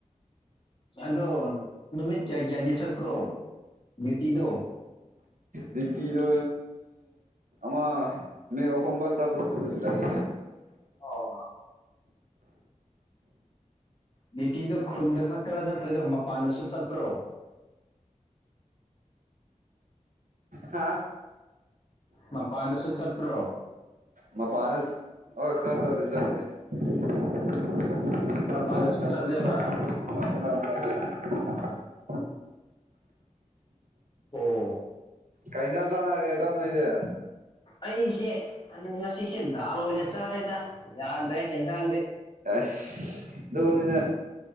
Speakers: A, on the left; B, on the right.
A: ꯑꯗ ꯅꯨꯃꯤꯠ ꯆ ꯀꯌꯥꯗꯤꯠꯇ꯭ꯔꯣ ꯕꯤꯇꯤꯗ
B: ꯂꯤꯤꯆꯤꯗ ꯑꯃ ꯅꯍꯣ ꯆꯥꯄꯁꯨ ꯂꯩ
A: ꯑꯣ ꯕꯤꯇꯤꯗ ꯈꯨꯟꯗ ꯈꯛꯇꯔꯥ ꯅꯠꯇ꯭ꯔꯒ ꯃꯄꯥꯟꯗꯁꯨ ꯆꯠꯇ꯭ꯔꯣ
B: ꯍꯥꯥ
A: ꯃꯄꯥꯟꯗꯁꯨ ꯆꯠꯄ꯭ꯔꯣ
B: ꯃ ꯄꯅ ꯑꯣ ꯈꯔ ꯈꯔꯗꯤ ꯆꯝꯗꯦ <unintelligible>
A: ꯃꯄꯥꯟꯗꯁꯨ ꯆꯠꯂꯦꯕ ꯑꯣ
B: ꯀꯩꯖꯟ ꯆꯅ ꯍꯥꯏꯔꯒꯦꯗꯅꯣ ꯏꯗꯦ
A: ꯑꯩꯁꯦ ꯑꯗꯨ ꯉꯁꯤꯁꯦ ꯗꯥꯜ ꯑꯣꯏꯅ ꯆꯥꯔꯦꯗ ꯌꯥꯗ꯭ꯔꯦ ꯌꯦꯟꯖꯥꯡꯗꯤ
B: ꯑꯗꯨꯅꯤꯅ